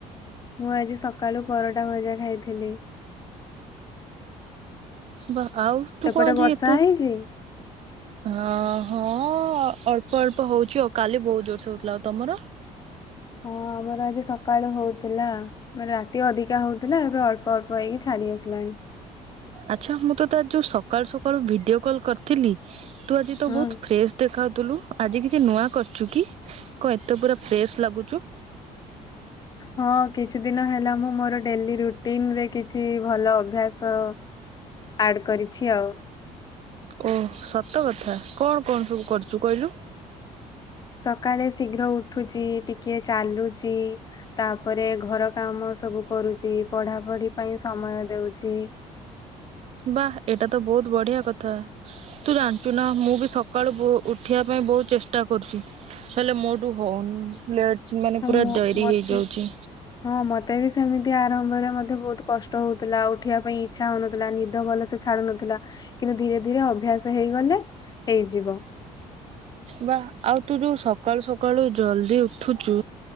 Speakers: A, on the left (about 30°); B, on the right (about 50°).
A: ମୁଁ ଆଜି ସକାଳୁ ପରଟା ଭଜା ଖାଇଥିଲି।
B: ବା ଆଉ ତୁ
A: ସେପଟେ
B: କଣ ଆଜି
A: ବର୍ଷା
B: ଏତେ ହଁ।
A: ହେଇଛି?
B: ହଁ ଅଳ୍ପ ଅଳ୍ପ ହଉଛି ଆଉ କାଲି ବହୁତ ଜୋରସେ ହଉଥିଲା ଆଉ ତମର।
A: ହଁ ଆମର ଆଜି ସକାଳୁ ହଉଥିଲା ମାନେ ରାତି ଅଧିକା ହଉଥିଲା ଏବେ ଅଳ୍ପ ଅଳ୍ପ ହେଇକି ଛାଡି ଆସିଲାଣି।। ହୁଁ
B: ଆଚ୍ଛା ମୁଁ ତ ତତେ ଯୋଉ ସକାଳୁ ସକାଳୁ ଭିଡିଓ କଲ୍ କରିଥିଲି। ତୁ ଆଜି ତ
A: ହଁ
B: ବହୁତ ଫ୍ରେଶ ଦେଖା ଥିଲୁ ଆଜି କିଛି ନୂଆ କରଚୁ କି କଣ ଏତେ ପୁରା ଫ୍ରେଶ ଲାଗୁଚୁ
A: ହ <inaudible> ହଁ କିଛି ଦିନ ହେଲା ମୁଁ ମୋର ଡେଲି ରୁଟିନ ରେ କିଛି ଭଲ ଅଭ୍ୟାସ ଆଡ କରିଛି ଆଉ।
B: ଓ ସତ କଥା କଣ କଣ ସବୁ କରୁଚୁ କହିଲୁ।
A: ସକାଳେ ଶୀଘ୍ର ଉଠୁଚି ଟିକେ ଚାଲୁଚି ତାପରେ ଘର କାମ। ସବୁ କରୁଚି ପଢାପଢି ପାଇଁ ସମୟ ଦେଉଚି
B: ବା ଏଟା ତ ବହୁତ ବଢିଆ କଥା। ତୁ ଜାଣିଛୁ ନା ମୁଁ ବି ସକାଳୁ ଉଠିବା ପାଇଁ ବହୁତ ଚେଷ୍ଟା କରୁଚି, ହେଲେ ମୋଠୁ ହଉନି ଲେଟ୍ ମାନେ ପୁରା
A: ମୁଁ
B: ଡେରି
A: ମତେ
B: ହେଇଯାଉଛି।
A: ହଁ ମତେ ବି ସେମିତି ଆରମ୍ଭରେ ମଧ୍ୟ ବହୁତ କଷ୍ଟ ହଉଥିଲା ଉଠିବା ପାଇଁ ଇଚ୍ଛା ହଉନଥିଲା ନିଦ ଭଲସେ ଛାଡୁନଥିଲା। ଧୀରେ ଧୀରେ ଅଭ୍ୟାସ ହେଇଗଲେ ହେଇଯିବ,
B: ବା ଆଉ ତୁ ଯୋଉ ସକାଳୁ ସ ଳୁ ଜଲଦି ଉଠୁଛୁ